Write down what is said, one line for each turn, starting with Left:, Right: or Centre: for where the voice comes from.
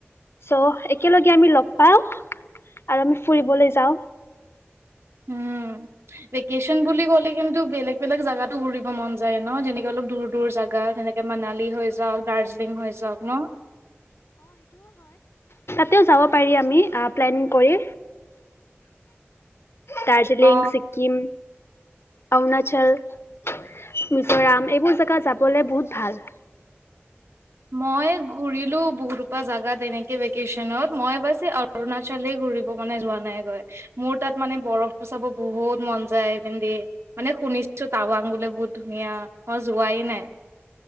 Left: চ একেলগে আমি লগ পাওঁ আৰু আমি ফুৰিবলৈ যাওঁ-
Right: উম ভেকেচন বুলি ক'লে কিন্তু বেলেগ বেলেগ জাগাত ঘুৰিব মন যায় নহ যেনেক অলপ দূৰ দূৰ জাগাত সেনেকে এ মানালী হৈ যাওঁক দাৰ্জিলিং হৈ যাওঁক নহ
Left: এতিয়াও যাব পাৰি আমি, আ প্লেন কৰি দাৰ্জিলিং
Right: অ
Left: ছিকিম অৰুণাচল মিজোৰাম এইবোৰ জেগা যাবলৈ বহুত ভাল।
Right: মই ঘূৰিলোঁ বহুত হোপা জাগাত এনেকে ভেকেশ্যনত মই বাছ অৰুণাচলে ঘূৰিব মানে যোৱা নাই। গৈ মোৰ তাত মানে বৰফটো চাব বহুত মন যায়। পিন্ধি মানে শুনিছো টাৱাং বোলে বহুত ধুনীয়া মই যোৱাই নাই।